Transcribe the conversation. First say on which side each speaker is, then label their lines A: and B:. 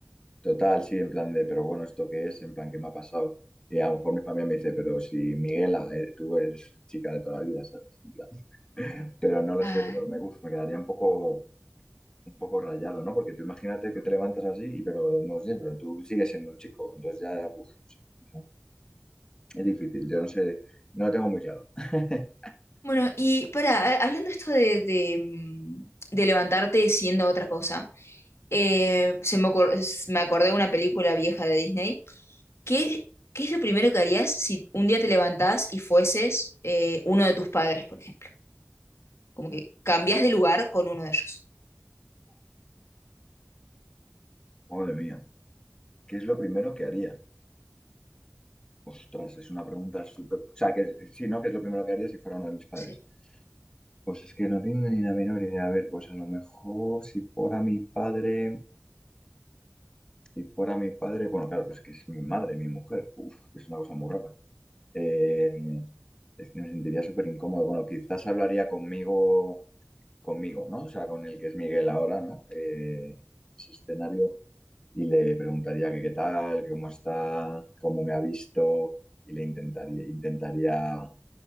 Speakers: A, on the left (about 20°); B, on the left (about 70°).
A: Total, sí, en plan de, pero bueno, ¿esto qué es? En plan, ¿qué me ha pasado? Y a lo mejor mi familia me dice, pero si Miguela, eh, tú eres chica de toda la vida, ¿sabes? En plan, <laughs> pero no lo
B: Ay,
A: sé, pero me, uf, me quedaría un poco, un poco rayado, ¿no? Porque tú imagínate que te levantas así, y pero no sé, pero tú sigues siendo un chico, entonces ya, uf, no sé, o sea, es difícil, yo no sé, no lo tengo muy claro. <laughs>
B: Bueno, y para, hablando esto de, de, mm, de levantarte siendo otra cosa, eh, se me ocor- s- me acordé de una película vieja de Disney. ¿Qué, qué es lo primero que harías si un día te levantás y fueses eh, uno de tus padres, por ejemplo? Como que cambias de lugar con uno de ellos.
A: Madre mía, ¿qué es lo primero que haría? Ostras, es una pregunta súper... O sea, que, es- sí, ¿no? ¿Qué es lo primero que haría si fuera uno de mis padres?
B: sí.
A: Pues es que no tengo ni la menor idea. A ver, pues a lo mejor si fuera mi padre, si fuera mi padre, bueno, claro, pues es que es mi madre, mi mujer. Uf, es una cosa muy rara. Eh, es que me sentiría súper incómodo. Bueno, quizás hablaría conmigo, conmigo, ¿no? O sea, con el que es Miguel ahora, ¿no? Eh, ese escenario. Y le preguntaría que qué tal, que cómo está, cómo me ha visto. Y le intentaría, intentaría